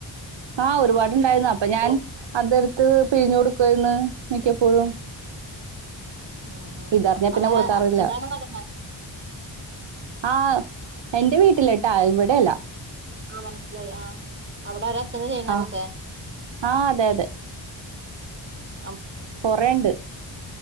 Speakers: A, on the right (about 65°); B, on the right (about 25°).
A: ആ ഒരുപാടുണ്ടായിരുന്നു
B: ആഹ്
A: അപ്പൊ ഞാൻ
B: ഓ
A: അതെട് ത്ത് പിഴിഞ്ഞു കൊടുക്കായിരുന്ന് മിക്കപ്പോഴും
B: ഉം ഉം
A: ഇതറിഞ്ഞ
B: അതാര
A: പിന്നെ കൊടുക്കാറില്ല
B: അച്ഛനാണൊ നടന്നെ
A: ആഹ് എന്റെ വീട്ടില് ട്ടോ ഇവിടെയല്ല
B: ആ മനസ്സിലായി ആ അവിടെ ആരാ അച്ഛനാ ചെയ്യണെ
A: ആ
B: അതൊക്കെ
A: ഹ് ആ അതെ അതെ
B: ആ
A: കൊറേണ്ട്